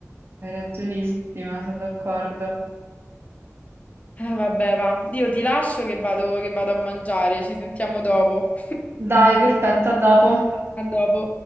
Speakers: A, on the right (about 45°); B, on the left (about 25°).
A: Hai ragionissima, sono d'accordo.
B: Eh, vabbè, va. Io ti lascio che vado che vado a mangiare, ci sentiamo dopo.
A: Dai, perfetto, a dopo.
B: A dopo.